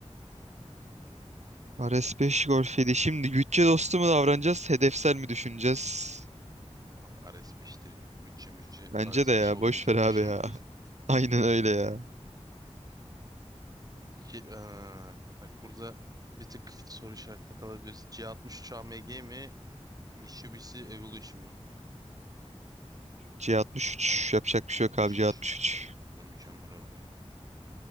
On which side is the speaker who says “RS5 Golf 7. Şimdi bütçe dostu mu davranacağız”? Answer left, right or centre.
Right